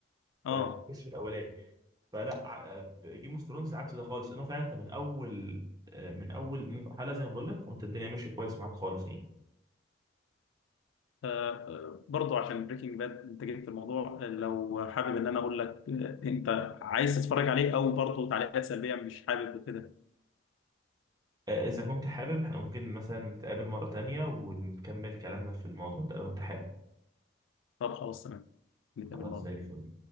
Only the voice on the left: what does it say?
اه,
آه. برضه عشان بريكنج باد انت جبت الموضوع لو حابب ان انا اقول لك آه، انت عايز تتفرج عليه او برضه تعليقات سلبيه مش حابب وكده
طب خلاص تمام نتقابل
مرة